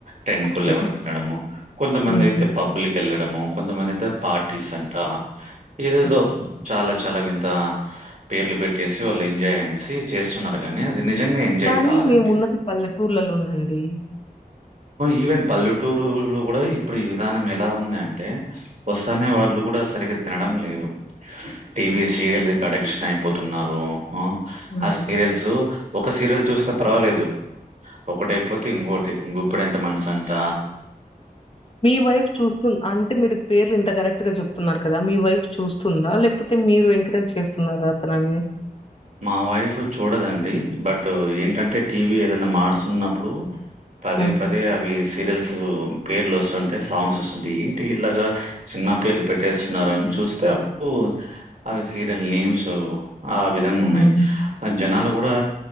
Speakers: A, on the right (about 55°); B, on the left (about 35°).
A: టెన్కు
B: ఓకే.
A: లెవెన్కు తినడము కొంతమంది
B: హ్మ్.
A: అయితే పబ్బల్కి ఎళ్ళడం కొంతమందయితే పార్టీస్ అంటా ఎదేదో
B: హ్మ్.
A: చాలా చాలా వింత పేర్లు పెట్టేసి వాళ్ళు ఎంజాయ్ అనేసి చేస్తున్నారు కాని అది నిజంగా ఎంజాయ్
B: కానీ
A: కాదండి
B: మేమున్నది పల్లెటూర్లలోనండి.
A: ఈవెన్ పల్లెటూరులో కూడా ఇప్పుడు ఈ విధానం ఎలా ఉంది అంటే వస్తానే వా ళ్ళు కూడా సరిగా తినడం లేదు టీవీ సీరియల్ కాడ ఎడిక్షన్ అయిపోతున్నారు ఆ
B: హ్మ్.
A: ఆ సీరియల్స్ ఒక సీరియల్ చూస్తే పర్వాలేదు ఒకటయిపోతే ఇంకోటి గుప్పెడంత మనిషి అంత
B: మీ వైఫ్ చూస్తు అంటే మీరు పేర్లు ఇంత కరెక్ట్ గా చెప్తున్నారు కదా మీ వైఫ్ చూస్ స్తుందా లేకపోతే మీరు ఎంకరేజ్ చేస్తున్నారా అతనని
A: మా వైఫ్ చూడదండి బట్ ఏంటంటే టీవీ ఏదైనా మార్సున్నప్పుడు పదే
B: హ్మ్.
A: పదే అవి సీరియల్స్ పేర్లు వస్తుంటే సాంగ్స్ వస్తుంటయి టీవీ లాగ సినిమా పేర్లు పెట్టేస్తున్నారు అని చూస్తే అప్పుడు అవి సీరియల్ నేమ్స్ ఆ విధం
B: హ్మ్.
A: ఉన్నయి ఆ జనాలు కూడా